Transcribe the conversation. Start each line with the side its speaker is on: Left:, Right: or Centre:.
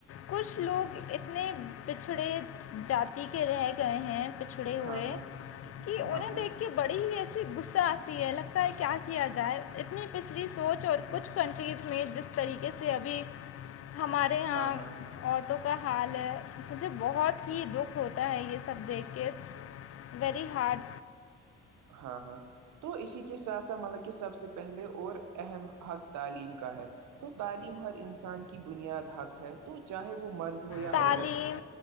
Left: کچھ لوگ اتنے پچھڑے جتی کے رہ گئے ہیں پچھڑے ہوئے
Right: ہاں ہاں
Left: انہیں
Right: ہاں ہاں
Left: دیکھ کہ بڑی ہی ایسی غصہ آتی ہے لگتا ہے کیا کیا جائے اتنی پچھلی سوچ اور کچھ کنٹریز میں جس طریقے سے ابھی ہمارے
Right: ہاں
Left: یہاں
Right: ہاں
Left: عورتوں کا حال ہے مجھے بہت ہی دکھ ہوتا ہے یہ سب دیکھ کے ویری ہارڈ
Right: ہاں ہاں تو اسی کے ساتھ ساتھ مطلب کہ سب سے پہلے اور اہم حق تعلیم کا ہے تو تعلیم ہر انسان کی بنیاد حق ہے تو چاہے وہ مرد ہو یا
Left: تعلیم
Right: عورت